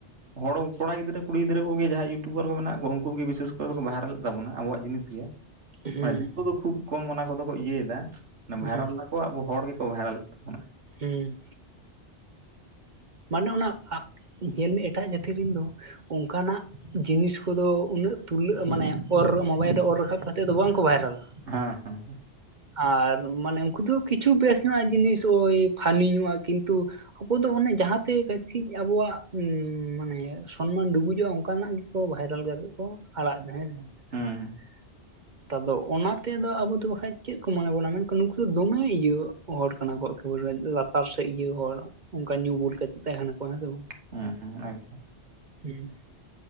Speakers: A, on the right (about 75°); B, on the right (about 45°).
A: ᱦᱚᱲ ᱠᱚᱲᱟ ᱜᱤᱫᱽᱨᱟᱹ ᱠᱩᱲᱤ ᱜᱤᱫᱽᱨᱟᱹ ᱠᱚ ᱜᱮ ᱡᱟᱦᱟᱸᱭ ᱤᱭᱩᱴᱩᱵᱟᱨ ᱠᱚ ᱢᱮᱱᱟᱜ ᱠᱚ ᱩᱱᱠᱩ ᱜᱮ ᱵᱤᱥᱮᱥ ᱠᱚᱨᱮ ᱫᱚ ᱠᱚ ᱵᱷᱟᱭᱨᱟᱞᱮᱫ ᱛᱟᱵᱚᱱᱟ ᱟᱵᱚᱣᱟᱜ ᱡᱤᱱᱤᱥ᱾
B: ᱦᱩᱸ
A: ᱫᱤᱠᱩ ᱫᱚ ᱠᱷᱩᱵ ᱠᱚᱢ ᱚᱱᱟ ᱠᱚ ᱫᱚ ᱠᱚ ᱤᱭᱟᱹᱭ ᱮᱫᱟ
B: ᱦᱩᱸ
A: ᱵᱷᱟᱭᱨᱟᱞ ᱫᱟᱠᱚ ᱟᱵᱚ ᱼᱼ ᱦᱚᱲ ᱜᱮ ᱠᱚ ᱵᱷᱟᱭᱨᱟᱞᱮᱫ ᱛᱟᱵᱚᱱᱟ᱾
B: ᱦᱩᱸᱻ ᱢᱟᱱᱮ ᱚᱱᱟ <unintelligible> ᱧᱮᱞ ᱢᱮ ᱮᱴᱟᱜ ᱡᱟᱹᱛ ᱨᱤᱱ ᱫᱚ ᱚᱱᱠᱟᱱᱟᱜ ᱡᱤᱱᱤᱥ ᱠᱚᱫᱚ ᱩᱱᱟᱹᱜ ᱛᱩᱞᱟᱹ ᱢᱟᱱᱮ ᱚᱨ ᱢᱳᱵᱟᱭᱤᱞ ᱨᱮ ᱚᱨ ᱨᱟᱠᱟᱵ ᱠᱟᱛᱮᱫ ᱫᱚ ᱵᱟᱝ ᱠᱚ ᱵᱷᱟᱭᱨᱟᱞᱟ ᱾
A: ᱦᱮᱸ ᱦᱮᱸ ᱦᱮᱸ ᱾
B: ᱟᱨ ᱢᱟᱱᱮ ᱩᱱᱠᱩ ᱫᱚ ᱠᱤᱪᱷᱩ ᱵᱮᱥ ᱧᱚᱜᱼᱟᱜ ᱡᱤᱱᱤᱥ ᱳᱭ ᱯᱷᱟᱱᱤ ᱧᱚᱜᱼᱟᱜ ᱠᱤᱱᱛᱩ ᱼᱼ ᱟᱵᱚ ᱫᱚ ᱚᱱᱮ ᱡᱟᱦᱟᱸᱼᱼ ᱛᱮ ᱠᱟᱹᱪᱷᱤᱡ ᱟᱵᱚᱣᱟᱜ ᱢᱟᱱᱮ ᱥᱚᱱᱢᱟᱱ ᱰᱩᱵᱩᱡᱚᱜᱼᱟ ᱚᱱᱠᱟᱱᱟᱜ ᱜᱮ ᱠᱚ ᱵᱷᱟᱭᱨᱟᱞ ᱠᱟᱛᱮᱫ ᱠᱚ ᱼᱼ ᱟᱲᱟᱜ ᱫᱟ ᱦᱮᱸ ᱥᱮ᱾
A: ᱦᱩᱸ ᱦᱩᱸ ᱾
B: ᱱᱮᱛᱟᱨ ᱫᱚ ᱚᱱᱟ ᱛᱮᱫᱚ ᱟᱵᱚ ᱵᱟᱠᱷᱟᱡ ᱪᱮᱫ ᱠᱚ ᱢᱟᱜᱟᱣ ᱵᱚᱱᱟ ᱢᱮᱱᱠᱷᱟᱱ ᱱᱩᱠᱩ ᱫᱚ ᱫᱚᱢᱮ ᱤᱭᱟᱹ᱾ ᱦᱚᱲ ᱠᱟᱱᱟ ᱠᱚ ᱮᱠᱮᱵᱚᱞᱮ ᱞᱟᱛᱟᱨ ᱥᱮᱫ ᱤᱭᱟᱹ ᱦᱚᱲ ᱚᱱᱠᱟ ᱧᱩ ᱵᱩᱞ ᱠᱟᱛᱮᱜ ᱛᱟᱦᱮᱱᱟᱠᱚ ᱦᱮᱸ ᱥᱮ ᱵᱟᱝ?
A: ᱦᱮᱸ ᱦᱮᱸ ᱮᱠᱫᱚᱢ ᱾
B: ᱦᱩᱸ